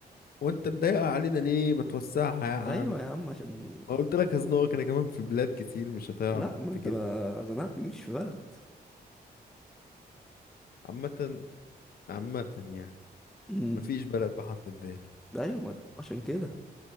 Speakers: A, on the left; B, in the centre.
A: وانت تضايقها علينا ليه ما توسعها يا عم
B: ايوه يا عم عشان
A: ما قلت لك هزنقك انا كمان في بلاد كتير مش هتعرف
B: لا ما
A: تجيبها
B: انت ما زنقتنيش في بلد
A: عامة عامة يعني
B: امم
A: مفيش بلد بحرف الذال
B: ايوه ما... عشان كده